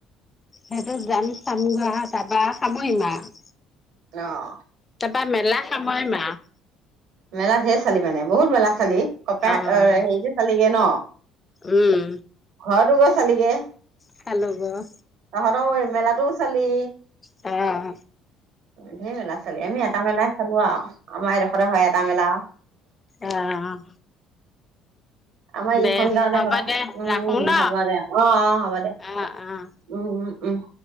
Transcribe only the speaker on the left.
সেইটো যাম চাম গাহাট তাৰপা সামৰিম আৰু।
তাৰপা মেলা সামৰিম আৰু।
অ',
উম,
চালো গৈ।
অঁ
অ',
দে
হ'ব
দে
ৰাখো
ন?
অ', অ'।